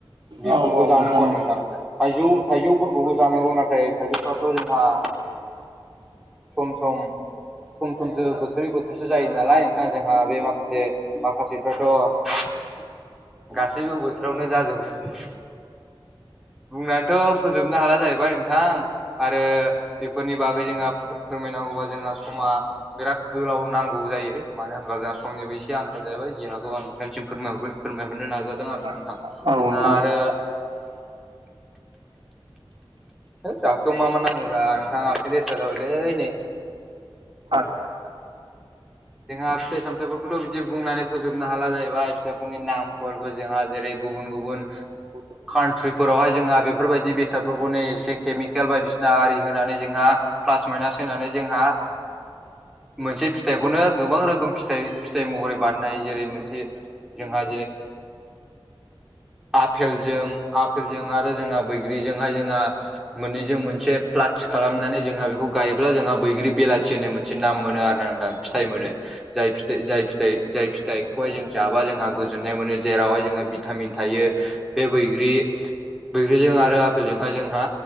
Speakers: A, in the centre; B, on the right.
A: बेफोरखौ
B: औ औ
A: जानांगौ आरो
B: औ
A: नोंथां थाइजौ थाइजौफोरखौबो जानांगौ नाथाय थाइगिरफ्राथ' जोंहा सम सम सम समसो बोथोरै बोथोरसो जायो नालाय ओंखाय जोंहा बे माखासे माखासेफ्राथ' गासैबो बोथोरावनो जाजोबो बुंनानैथ' फोजोबनो हाला जाहैबाय नोंथां आरो बेफोरनि बागै जोंहा फोरमायनांगौबा जोंहा समा बिराद गोलाव नांगौ जायो मानो होनबब्ला जोंहा समनिबो एसे आंखाल जाहैाय जहाागखौ आं नोंथांनिसिम फोरमायहरबाय फोरमायहरनो नाजादों
B: औ
A: आर ना नोंथां
B: नोंथां
A: नोंहा आरो है गाखो मा मा नाङोब्रा नोंथाङासिनो रेस जाबायलै नै
B: आ
A: जोंहा फिथाइ सामथाइफोरखौथ' बिदि बुंनानै फोजोबनो हाला जाहैबाय फिथाइफोरनि नामफोरखौ जोंहा जेरै गुबुन गुबुन
B: द
A: कान्ट्रिफोरावहाय जोंहा बेफोरबायदि बेसादफोरखौ नै एसे केमिकेल बायदिसिना आरि होनानै जोंहा प्लास माइनास होनानै जोंहा मोनसे फिथाइ बेखौनो गोबां रोखोम फिथ फिथाइ महरै बानायनाय जेरै मोनसे जोंहा आफेलजों आफेलजों आरो जोंहा बैग्रिजोंहाय जोंहा मोननैजों मोनसे प्लाथि खालामनानै जोंहा बेखौ गायोब्ला जोंहा बैग्रि बेलाथि होननाय मोनसे नाम मोनो आरो ना नोंथां फिथाइ मोनो जाय फिथ जाय फिथाइ जाय फिथाइ खौहाय जों जाबा जोंहा गोजोननाय मोनो जेरावहाय जोंहा भिटामिन थायो बे बैग्रि बैग्रिजों आरो आफपेलजोंहाय जोंहा